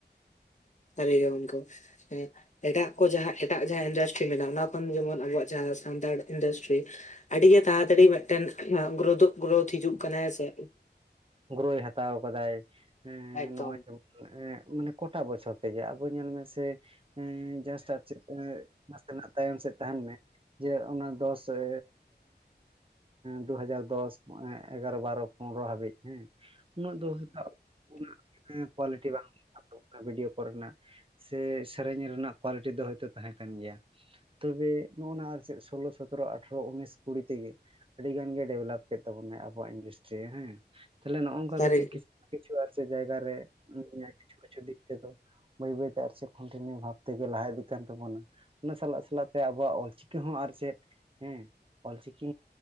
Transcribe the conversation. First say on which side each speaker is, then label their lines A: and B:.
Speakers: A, on the left; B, on the right.
A: ᱥᱟᱹᱨᱤ ᱜᱮ ᱜᱚᱝᱠᱮ, ᱮᱸ᱾ ᱮᱴᱟᱜ ᱠᱚ ᱡᱟᱦᱟᱸ ᱮᱴᱟᱜ ᱡᱟᱦᱟᱸ ᱤᱱᱰᱟᱥᱴᱨᱤ ᱢᱮᱱᱟᱜ-ᱟ, ᱚᱱᱟ ᱠᱷᱚᱱ ᱡᱮᱢᱚᱱ ᱟᱵᱚᱣᱟᱜ ᱡᱟᱦᱟᱸ ᱥᱟᱱᱛᱟᱲ ᱤᱱᱰᱟᱥᱴᱨᱤ᱾ ᱟᱹᱰᱤᱜᱮ ᱛᱟᱲᱟᱛᱟᱲᱤ ᱢᱤᱫᱴᱮᱱ ᱜᱨᱳᱫᱳᱜ ᱜᱨᱳᱛᱷ ᱦᱤᱡᱩᱜ ᱠᱟᱱᱟᱭ ᱦᱮᱥᱮ᱾
B: ᱜᱨᱤᱭ ᱦᱟᱛᱟᱣ ᱠᱟᱫᱟᱭ,
A: ᱮᱠᱫᱚᱢ
B: ᱱᱚᱜ-ᱚᱭ ᱛᱚ᱾ ᱮ ᱢᱟᱱᱮ ᱠᱚᱴᱟ ᱵᱚᱪᱷᱚᱨ ᱛᱮᱜᱮ, ᱟᱵᱚ ᱧᱮᱞ ᱢᱮᱥᱮ ᱮ ᱡᱟᱥ ᱪᱮ ᱱᱟᱥᱮᱱᱟᱜ ᱛᱟᱭᱚᱢ ᱥᱮᱫ ᱛᱟᱦᱮᱱ ᱢᱮ, ᱡᱮ ᱚᱱᱟ ᱫᱚᱥ ᱮ ᱫᱩ ᱦᱟᱡᱟᱨ ᱫᱚᱥ ᱮᱜᱟᱨᱚ ᱵᱟᱨᱚ ᱯᱚᱱᱮᱨᱚ ᱦᱟᱹᱵᱤᱡ ᱦᱮᱸ᱾ ᱩᱱᱟᱹᱜ ᱫᱚ ᱦᱩᱭᱛᱚ ᱩᱱᱟᱹᱜ ᱠᱳᱣᱟᱞᱤᱴᱤ ᱵᱟᱱᱩᱜ-ᱟ ᱵᱷᱤᱰᱭᱳ ᱠᱚ ᱨᱮᱱᱟᱜ ᱥᱮ ᱥᱮᱨᱮᱧ ᱨᱮᱱᱟᱜ ᱠᱳᱣᱟᱞᱤᱴᱤ ᱫᱚ ᱦᱚᱭᱛᱳ ᱛᱟᱦᱮᱸ ᱠᱟᱱ ᱜᱮᱭᱟ᱾ ᱛᱚᱵᱮ ᱱᱚᱜ-ᱱᱟ ᱟᱨ ᱪᱮᱫ ᱥᱳᱞᱳ ᱥᱚᱛᱮᱨᱚ ᱟᱴᱷᱨᱚ ᱩᱱᱤᱥ ᱠᱩᱲᱤ ᱛᱮᱜᱮ᱾ ᱟᱹᱰᱤ ᱜᱟᱱ ᱜᱮ ᱰᱮᱵᱷᱞᱚᱯ ᱠᱮᱫ ᱛᱟᱵᱚᱱᱟᱭ ᱟᱵᱚᱭᱟᱜ ᱤᱱᱰᱟᱥᱴᱨᱤ᱾ ᱪᱮ ᱦᱮᱸ ᱛᱟᱦᱮ ᱱᱚᱜ-ᱚ ᱱᱚᱝᱠᱟ
A: ᱥᱟᱹᱨᱤ
B: ᱠᱟᱛᱮᱜ ᱠᱤᱪᱷᱩ ᱠᱤᱪᱷᱩ ᱟᱨ ᱡᱟᱭᱜᱟ ᱨᱮ ᱠᱤᱪᱷᱩ ᱠᱤᱪᱷᱩ ᱫᱤᱠ ᱛᱮᱫᱚ ᱵᱟᱹᱭ ᱵᱟᱹᱭᱛᱮ ᱟᱨ ᱠᱚᱱᱴᱤᱱᱤᱭ ᱵᱷᱟᱵᱽ ᱛᱮᱜᱮ ᱞᱟᱦᱟ ᱤᱫᱤᱜ ᱠᱟᱱ ᱛᱟᱵᱚᱱᱟ᱾ ᱚᱱᱟ ᱥᱟᱞᱟᱜ ᱥᱟᱞᱟᱜ ᱛᱮ ᱟᱵᱚᱣᱟᱜ ᱚᱞ ᱪᱤᱠᱤ ᱦᱚᱸ ᱟᱨ ᱪᱮᱫ ᱦᱩᱸ, ᱚᱞᱪᱤᱠᱤ